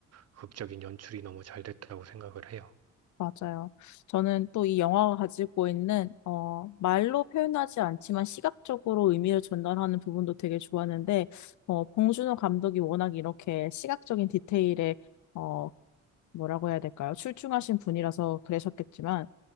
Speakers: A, on the right; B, on the left.
A: 극적인 연출이 너무 잘 됐다고 생각을 해요.
B: 맞아요. 저는 또 이 영화가 가지고 있는, 어, 말로 표현하지 않지만 시각적으로 의미를 전달하는 부분도 되게 좋았는데, 어, 봉준호 감독이 워낙 이렇게 시각적인 디테일에, 어, 뭐라고 해야 될까요? 출중하신 분이라서 그러셨겠지만,